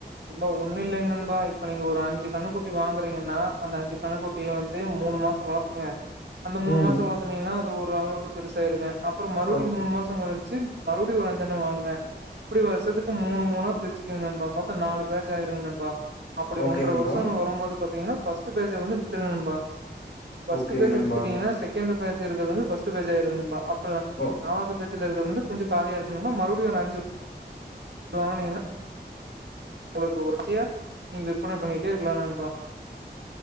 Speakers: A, on the right; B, on the left.
A: நண்பா ஒண்ணும் இல்லைங்க நண்பா இப்ப நீங்க ஒரு அஞ்சு கண்ணுக்குட்டி வாங்குறீங்கன்னா அந்த அஞ்சு கண்ணுக்குட்டிய வந்து மூணு மாசம் வளர் ங்க அந்த மூணு
B: ம்.
A: மாசம் வளர்த்தனீங்கன்னா ஒரு அளவுக்கு பெருசாயிருங்க அப்புறம் மறுபடி
B: ஓக்
A: மூணு மாசம் கழிச்சு மறுபடியும் ஒரு அஞ்சன வாங்க இப்படி வருஷத்துக்கு மூணு மூணா பிரிச்சுக்குங்க நண்பா மொத் தோ நாலு பேச்ச ஆயிறும் நண்பா அப்டி
B: ஓகே
A: ஒன்ற
B: நண்பா.
A: வருஷங்க வரும்போது பாத்தீங்கன்னா ஃபஸ்ட் பேஜ் வந்து வித்துரூங்க நண்பா ஃபஸ்ட்
B: ஓகேங்க
A: பேஜ்ஜ
B: நண்பா.
A: வித்துடீங்கனா second second page first page ஆகிரும் நண்பா அப்றம்
B: ஓ
A: நாலாவ்து பே ஜ்ல இருந்து கொஞ்சம் காலியா இருக்கு நண்பா மறுபடியும் ஒரு அஞ்சு வாங்குனீங்கன்னா ஒங்ளுக்கு உறுச்சியா நீங்க விற்பன பண்ணிட்டே இருக்கலாம் நண்பா